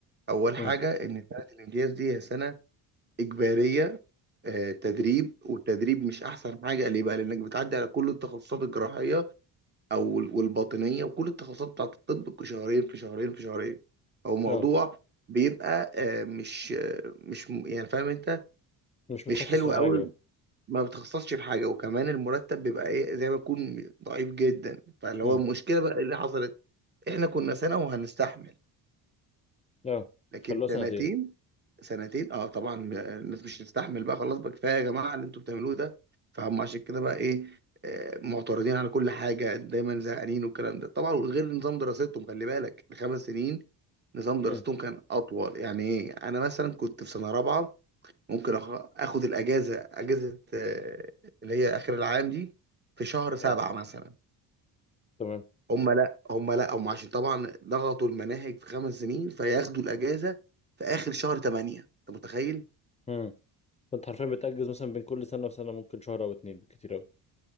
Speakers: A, on the right; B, on the left.
A: اول حاجة
B: امم
A: ان سنة الامتياز دي هي سنة إجبارية آه، تدريب والتدريب مش أحسن حاجة ليه بقى؟ لأنك بتعدي على كل التخصصات الجراحية أو ال- والباطنية وكل التخصصات بتاعت الطب في شهرين في شهرين في شهرين أو موضوع
B: لا
A: بيبقى آه، مش آه، مش م- يعني فاهم أنت
B: مش متخصص
A: مش حلو
B: في
A: أوي
B: حاجه
A: ما بتخصصش في حاجة وكمان المرتب بيبقى إيه زي ما يكون ضعيف جدا فاللي
B: امم
A: هو المشكلة بقى اللي حصلت إحنا كنا سنة وهنستحمل
B: لا
A: لكن
B: خلوها سنتين
A: سنتين سنتين اه طبعا آه، الناس مش هتستحمل بقى خلاص بقى كفايه يا جماعه اللي انتوا بتعملوه ده فهم عشان كده بقى ايه آه، معترضين على كل حاجه دايما زهقانين والكلام ده طبعا وغير نظام دراستهم خلي بالك الخمس سنين نظام دراستهم
B: امم
A: كان اطول يعني ايه انا مثلا كنت في سنه رابعه ممكن أخ- اخد الاجازه اجازه آه، اللي هي اخر العام دي في شهر سبعة
B: لا
A: مثلا
B: تمام
A: هم لا هم لا هم عشان طبعا ضغطوا المناهج في خمس سنين فياخدوا الاجازه في اخر شهر 8 انت متخيل
B: امم فانت حرفيا بتأجز مثلا بين كل سنه وسنه ممكن شهر او اتنين بالكتير قوي